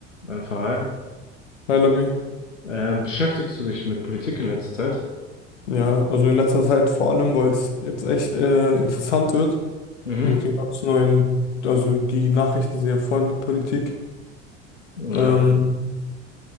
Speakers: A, on the left; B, on the left.
A: Ein Verein.
B: Hi Labi.
A: Ähm, beschäftigst du dich mit Politik in letzter Zeit?
B: Ja, also in letzter Zeit vor allem, weil es jetzt echt äh, interessant wird
A: Mhm.
B: mit den ganz neuen, also die Nachrichten sind ja voll mit Politik.
A: Ja.
B: Ähm,